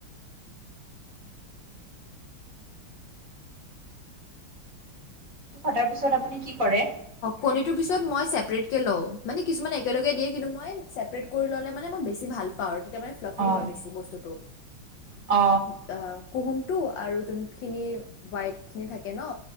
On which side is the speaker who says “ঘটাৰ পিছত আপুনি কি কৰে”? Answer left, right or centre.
Right